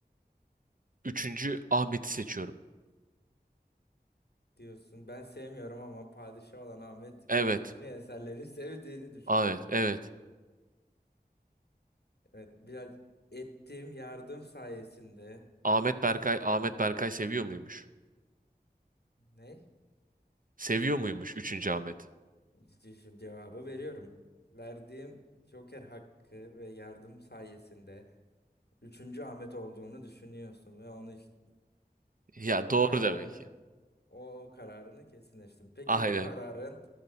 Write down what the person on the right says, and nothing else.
üçüncü Ahmet'i seçiyorum.
Evet,
evet,
evet.
Ahmet Berkay, Ahmet Berkay seviyor muymuş?
Seviyor muymuş üçüncü Ahmet?
Ya
doğru
demek ki.
Aynen.